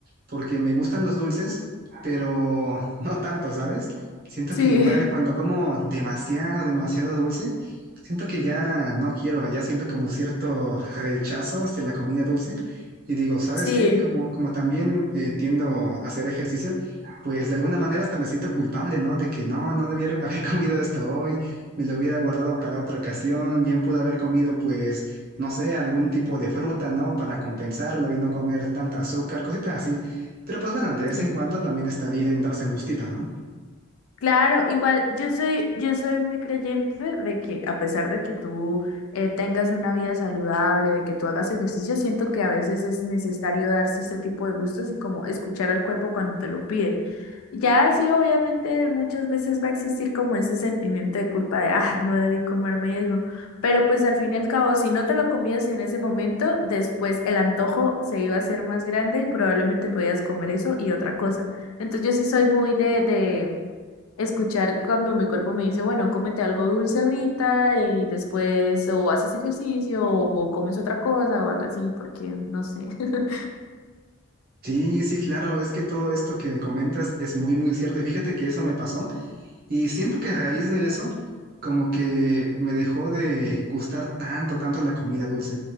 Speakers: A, on the right; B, on the left.
A: porque me gustan los dulces, pero <laughs> no tanto, ¿sabes? Siento
B: Sí.
A: que igual
B: <laughs>
A: cuando como demasiado, demasiado dulce, siento que ya no quiero, ya siento como cierto rechazo hacia la comida dulce. Y digo, ¿sabes
B: Sí,
A: qué? Como, como también eh, tiendo a hacer ejercicio, pues de alguna manera hasta me siento culpable, ¿no? De que no, no debía haber <laughs> comido esto hoy me lo hubiera guardado para otra ocasión, bien pude haber comido pues, no sé, algún tipo de fruta, ¿no? Para compensarlo y no comer tanta azúcar, cositas así. Pero pues bueno, de vez
B: sí.
A: en cuando también está bien darse un gustito, ¿no?
B: Claro, igual yo soy, yo soy muy creyente de que a pesar de que tú eh, tengas una vida saludable, de que tú hagas ejercicio, siento que a veces es necesario darse este tipo de gustos y como escuchar al cuerpo cuando te lo pide. Ya sí, obviamente muchas veces va a existir como ese sentimiento de culpa de, ah, no debí comerme eso, pero pues al fin y al cabo, si no te lo comías en ese momento, después el antojo se iba a hacer más grande y probablemente podías comer eso y otra cosa. Entonces yo sí soy muy de, de escuchar cuando mi cuerpo me dice, bueno, cómete algo dulce ahorita y después o haces ejercicio o, o comes otra cosa o algo así, porque no sé. <laughs>
A: Sí, sí, claro, es que todo esto que me comentas es muy, muy cierto. Y fíjate que eso me pasó. Y siento que a raíz de eso, como que me dejó de gustar tanto, tanto la comida dulce.